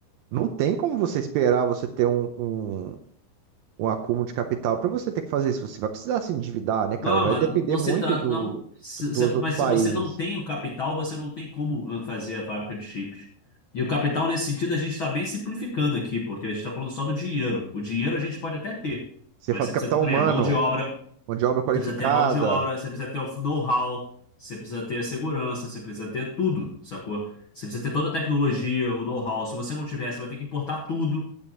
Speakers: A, on the right (about 75°); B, on the left (about 65°).
A: Não tem como você esperar você ter um, um, um acúmulo de capital para você ter que fazer isso. Você vai precisar se endividar, né, cara?
B: Não,
A: Vai
B: mas
A: depender
B: não
A: muito
B: se trata,
A: do,
B: não. Se-
A: dos
B: se-
A: outros
B: mas
A: países.
B: se você não tem o capital, você não tem como eh, fazer a fábrica de chips. E o capital, nesse sentido, a gente está bem simplificando aqui, porque a gente está falando só do dinheiro. O dinheiro a gente pode até ter,
A: Você
B: mas
A: fala
B: você
A: de capital
B: precisa ter também
A: humano,
B: a mão de obra,
A: mão de obra qualificada.
B: Você precisa ter a mão de obra, você precisa ter o know-how, você precisa ter a segurança, você precisa ter tudo, sacou? Você precisa ter toda a tecnologia, o know-how. Se você não tiver, você vai ter que importar tudo,